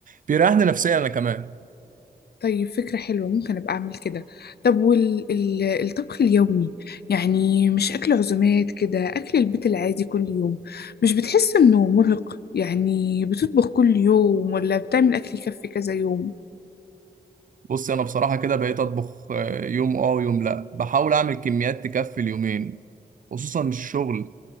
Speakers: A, on the right; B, on the left.
A: بيريحني نفسيا انا كمان
B: طيب فكرة حلوة ممكن أبقى أعمل كده طب والطبخ اليومي يعني مش أكل عزومات كده أكل البيت العادي كل يوم مش بتحس إنه مرهق يعني بتطبخ كل يوم ولا بتعمل أكل يكفي كذا يوم
A: بص انا بصراحه كده بقيت اطبخ آه، يوم اه ويوم لا بحاول اعمل كميات تكفي اليومين خصوصا الشغل